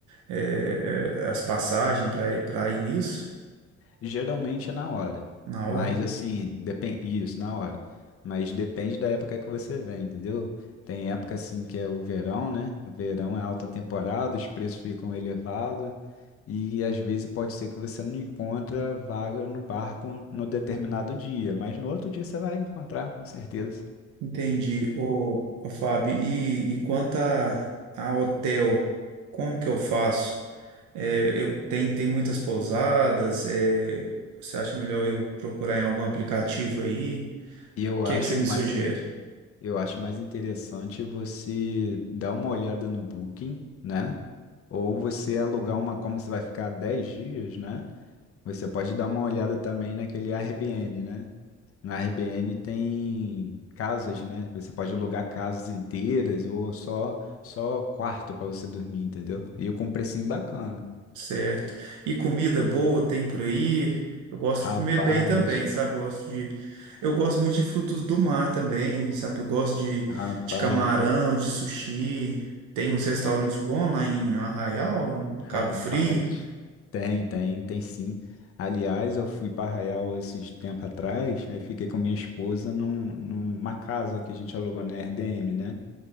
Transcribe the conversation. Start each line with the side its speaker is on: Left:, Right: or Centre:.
Right: eh, as passagens para ir, para ir nisso?
Left: Geralmente é na hora,
Right: Na
Left: mas
Right: hora?
Left: assim, depende isso, na hora. Mas depende da época que você vem, entendeu? Tem época assim que é o verão, né? O verão é alta temporada, os preços ficam elevados e às vezes pode ser que você não encontra vaga no barco no determinado dia, mas no outro dia você vai encontrar com certeza.
Right: Entendi. Ô, ô Fábio, e, e quanto a, a hotel, como que eu faço? É, eu tem, tem muitas pousadas. é, você acha melhor eu procurar em algum aplicativo aí? O
Left: E eu
Right: que
Left: acho
Right: é que você me
Left: mais,
Right: sugere?
Left: in- eu acho mais interessante você dar uma olhada no Booking, né? Ou você alugar uma, como você vai ficar 10 dias, né? Você pode dar uma olhada também naquele Airbnb, né? No Airbnb tem casas, né? Você pode alugar casas inteiras ou só só quarto para você dormir, entendeu? E com um precinho bacana.
Right: Certo. E comida boa tem por aí? Eu gosto
Left: Rapaz,
Right: de comer bem também, sabe? Gosto de, eu gosto muito de frutos do mar também, sabe? Eu gosto de,
Left: rapaz,
Right: de camarão,
Left: eu-
Right: de sushi. Tem uns restaurantes bons lá em Arraial, em
Left: rapaz.
Right: Cabo Frio.
Left: Tem, tem, tem sim. Aliás, eu fui para Arraial esses tempo atrás, aí fiquei com minha esposa num, numa casa que a gente alugou na Airbnb, né?